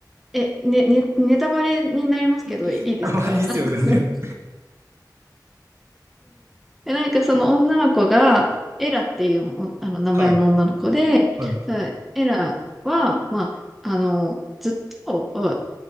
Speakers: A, in the centre; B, on the right.
A: え、ね、ね、ネタバレになりますけど、
B: <laughs>
A: いいですか
B: まあいいっすよ、
A: <laughs>
B: 全然。
A: でなんかその女の子が、エラっていうおあの名前の女の子で、
B: はい、はい、
A: ただエラは、まあ、あの、ずっと、お